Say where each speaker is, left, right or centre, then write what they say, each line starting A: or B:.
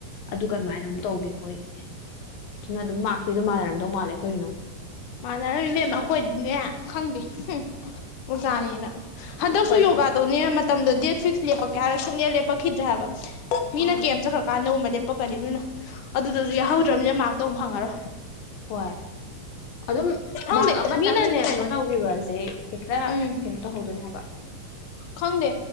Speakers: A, on the left; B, on the left.
A: ꯑꯗꯨ ꯒ ꯑꯗꯨꯃꯥꯏꯅ ꯑꯃꯨꯛ ꯇꯧꯒꯤꯕꯅꯤ ꯃꯣꯏꯒꯤ ꯑꯗꯨꯅ ꯑꯗꯨꯝ ꯃꯥꯛꯇꯤ ꯑꯗꯨꯝ ꯃꯥꯟꯅꯔꯝꯗꯧ ꯃꯥꯜꯂꯦ ꯑꯩꯈꯣꯏꯒꯤꯅ ꯑꯃꯨꯛ
B: ꯃꯥꯟꯅ ꯔꯣꯏ ꯏꯕꯦꯝꯃ ꯑꯩꯈꯣꯏꯗꯤꯅꯦ ꯈꯪꯗꯦ ꯍꯨꯝ ꯑꯣꯖꯥꯅꯤꯅ ꯍꯟꯗꯛꯁꯨ
A: ꯍꯣꯏ
B: ꯌꯣꯒꯥ
A: ꯁꯞ
B: ꯇꯧꯅꯦꯅ ꯃꯇꯝꯗꯣ ꯗꯦꯠ ꯐꯤꯛꯁ ꯂꯦꯞꯄꯛꯀꯦ ꯍꯥꯏꯔ ꯁꯨꯡꯂꯦꯞ ꯂꯦꯞꯄꯛꯈꯤꯗ꯭ꯔꯦ ꯍꯥꯏꯕ ꯃꯤꯅ
A: ꯎꯝ
B: ꯀꯦꯝ ꯆꯠꯈꯔ ꯀꯥꯟꯗ ꯂꯄꯛꯀꯅꯤ ꯑꯗꯨꯅ ꯑꯗꯨꯗꯁꯨ ꯌꯥꯎꯍꯧꯗ꯭ꯔꯕꯅꯤꯅ ꯃꯥꯔꯛꯇꯧ ꯐꯪꯉꯔꯣꯏ
A: ꯍꯣꯏ ꯑꯗꯨꯝ
B: ꯈꯪꯗꯦ
A: ꯃꯍꯥꯛ ꯑꯃꯇꯪ
B: ꯃꯤꯅꯅꯦ
A: ꯀꯩꯅꯣ ꯇꯧꯈꯤꯕꯁꯦ ꯍꯦꯛꯇ
B: ꯎꯝ
A: ꯀꯩꯅꯣ ꯇꯧꯍꯧꯗꯣꯏꯅꯦꯕ
B: ꯈꯪꯗꯦ